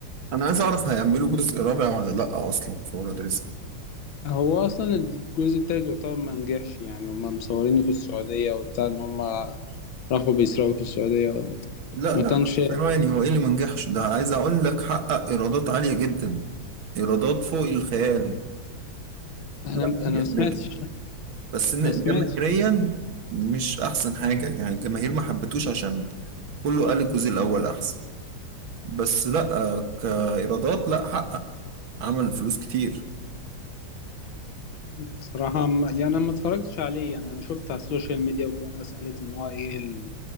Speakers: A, on the right; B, on the left.
A: أنا عايز أعرف هيعملوا جزء رابع ولا لأ أصلا في ولاد رزق
B: هو أصلا الجزء التالت يعتبر ما نجحش يعني هما مصورينه في السعودية وبتاع إن هما راحوا بيسرقوا في السعودية
A: لا
B: ما
A: لا
B: كانش
A: ثواني هو ايه اللي منجحش ده عايز اقول لك حقق ايرادات عالية جدا ايرادات فوق الخيال
B: أنا
A: لا
B: أنا
A: نجح
B: ما سمعتش
A: نجح بس ن-
B: ما سمعتش
A: جماهيريا مش احسن حاجة يعني الجماهير ما حبتوش عشان كله قال الجزء الاول احسن بس لا آه، كايرادات لا حقق عمل فلوس كتير
B: بصراحة ما- يعني أنا ما اتفرجتش عليه يعني أنا شفت على السوشيال ميديا وكده الناس قالت إن هو إيه